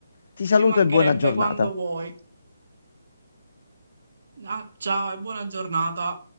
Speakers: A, on the left (about 55°); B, on the right (about 65°).
A: Ti saluto
B: Ci mancherebbe
A: e buona giornata.
B: quando vuoi. Ah, ciao e buona giornata.